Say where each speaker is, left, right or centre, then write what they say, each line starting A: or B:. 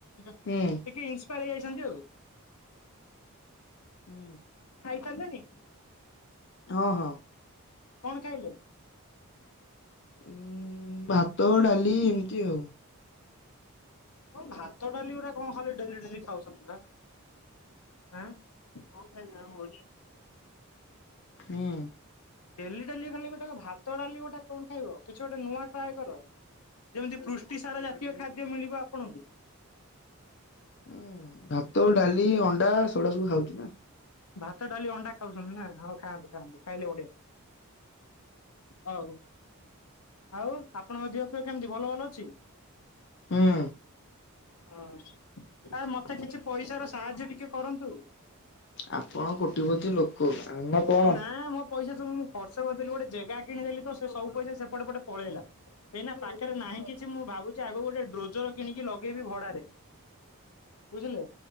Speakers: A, on the left (about 80°); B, on the left (about 50°).
A: ଟିକେ
B: ହୁଁ
A: ଇନ୍ସପାୟାର, ହେଇଯାଇଛନ୍ତି ଆଉ।
B: ହୁଁ।
A: ଙ୍କାଦୁନି?
B: ହଁ, ହଁ।
A: କଣ, କହିଲେ?
B: ଉ' ଭାତ, ଡାଲି ଏମିତି ଆଉ।
A: କଣ, ଭାତ ଡାଲି ଗୁଡା, କଣ ଖାଲି ଡେଲି, ଡେଲି ଖାଉଛନ୍ତି ପା? ଆ--ହ୍ୟାଲୋ।
B: ହୁଁ।
A: ଡେଲି, ଡେଲି ଖାଲି ଗୋଟେ, ଭାତ ଡାଲି ଗୋଟେ କଣ ଖାଇବ। କିଛି ଗୋଟେ ନୂଆ ଟ୍ରା କର? ଯେମିତି ପୃଷ୍ଟି ସାର ଜାତୀୟ, ଖାଦ୍ୟ ମିଳିବ ଆପଣଙ୍କୁ
B: ହୁଁ ଭାତ ଡାଲି ଅଣ୍ଡା ସେଟା ସବୁ ଖାଉଛି ନା।
A: ଭାତ, ଡାଲି, ଅଣ୍ଡା ଖାଉଛନ୍ତି ନା? ହଉ ଖାଆନ୍ତୁ, ଖାଆନ୍ତୁ ଖାଇଲେ ବଢଆ। ହଉ ଆଉ ଆପଣଙ୍କ ଧିଅ ପିଅ କେମିତି ଭଲ ଭଲ ଅଛି?
B: ହୁଁ।
A: ହଁ ଆ ମତେ କିଛି ପଇସାର ସାହାଯ୍ୟ ଟିକେ କରନ୍ତୁ?
B: ଆପଣ କୋଟିପତି ଲୋକ ଆମେ କଣ
A: ନା ମୋ ପଇସା ସବୁ ମୁଁ ଖର୍ଚ୍ଚ କରିଦେଲି ଗୋଟେ ଜେଗା କିଣିଦେଲି ତ ସେ ସବୁ ପଇସା ସେପ ପଟ ପଟେ ପଳେଇଲା। ଏଇନା ପାଖରେ ନାହିଁ କିଛି ମୁଁ ଭାବୁଛି ଆଗକୁ ଗୋଟେ ଡ୍ରୋଜର କିଣିକି ଲଗେଇବି ଭଡାରେ।
B: ହଁ
A: ବୁଝିଲେ?